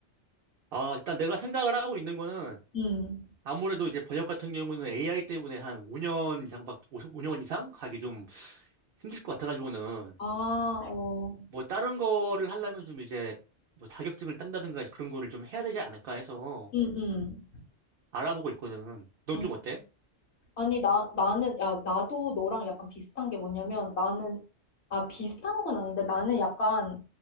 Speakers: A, on the right (about 65°); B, on the left (about 70°).
A: 아, 일단 내가 생각을 하고 있는 거는
B: 음.
A: 아무래도 이제 번역 같은 경우는 AI 때문에 한 5년 이상밖, 5년 이상 가기 좀 힘들 것 같아가지고는
B: 아, 어.
A: 뭐 다른 거를 하려면 좀 이제 뭐 자격증을 딴다든가 그런 거를 좀 해야 되지 않을까 해서
B: 음, 음.
A: 알아보고 있거든. 넌
B: 음.
A: 좀 어때?
B: 아니, 나, 나는, 야, 나도 너랑 약간 비슷한 게 뭐냐면 나는, 아, 비슷한 건 아닌데 나는 약간